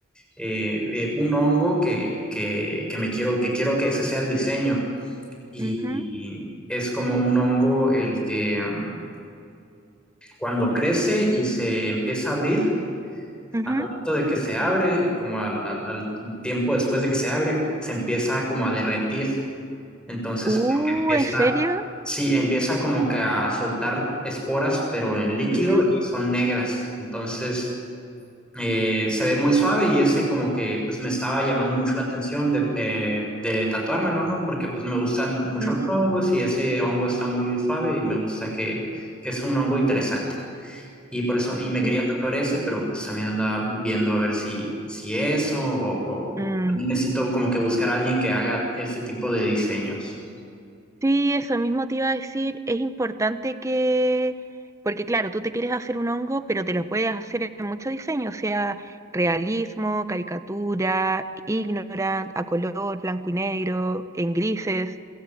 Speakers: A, in the centre; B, on the right (about 15°).
A: eh, eh, un hongo que, que, que me quiero, que quiero que ese sea el diseño. Y,
B: ujú,
A: y es como un hongo el que mm, cuando crece y se empieza a abrir,
B: ujú.
A: al momento de que se abre, como al, al- al tiempo después de que se abre, se empieza como a derretir. Entonces,
B: Uh,
A: como que empieza,
B: ¿en serio?
A: sí, empieza como que a soltar esporas, pero en líquido
B: Ujú,
A: y son negras. Entonces, eh, se ve muy suave y ese como que pues me estaba llamando mucho la atención de, eh, de tatuármelo, ¿no? Porque pues me gustan mucho
B: ujú,
A: los hongos y ese hongo está muy suave y me gusta que, que es un hongo interesante. Y por eso, y me
B: sí.
A: quería tatuar ese, pero pues también andaba viendo a ver si, si eso, o,
B: Mm.
A: o también necesito como que buscar a alguien que haga ese tipo de diseños.
B: Sí, eso mismo te iba a decir, es importante que, porque claro, tú te quieres hacer un hongo, pero te lo puedes hacer en mucho diseño, o sea, realismo, caricatura, ignorant, a color, blanco y negro, en grises.